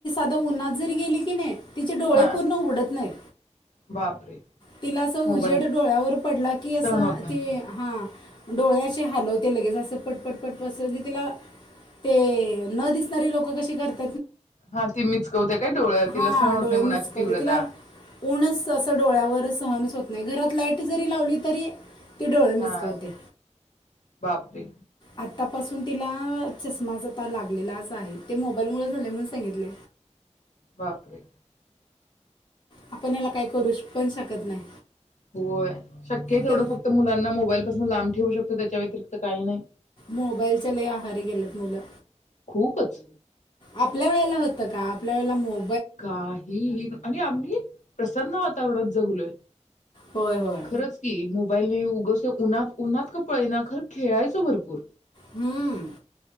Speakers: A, on the left (about 40°); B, on the left (about 75°).
A: आता उन्हात जरी गेली की नाही. तिचे डोळे
B: हा
A: पूर्ण उघडत नाहीत.
B: बापरे
A: तिला अस उजेड
B: मोबाईल
A: डोळ्यावर पडला. की असं
B: सहन होत नाही
A: ते हा. डोळ्या हलव ते लगेच अस पटपट पट तिला ते न दिसणारी लोक कशी करत.
B: हा ती मिचकवते काय डोळं तिला
A: हां
B: सहण होत
A: डोळे
B: नाही,
A: मिचकवते
B: उन्हाची तीव्रता
A: तिला ऊनच असं डोळ्यावर सहनच होत नाही. घरात लाईट जरी लावली. तरी ती दोळ मिसकावते
B: हा
A: आ.
B: बापरे
A: आतापासून तिला चष्माच आता लागलेला असं आहे ते मोबाईलमुळे झाले म्हणून सांगितले.
B: बापरे.
A: आपण याला काही करू पण शकत नाही.
B: होय शक्य तेवढं
A: ते
B: फक्त मुलांना मोबाईल पासून लांब ठेवू शकतो. त त्याच्या व्यतिरिक्त काही नाही.
A: मोबाईलच्या लई आहारी गेल्यातत मुलं
B: खूपच
A: आपल्या वेळेला होत. त आपल्या वेळेला मो
B: काही आणि आम्ही प्रसन्न वातावरणात. जगलोय.
A: होय होय
B: खरंच की मो मोबाईल नाही उगस उन्हात उन्हात का पळना खर खेळायचं भरपूर.
A: हम्म.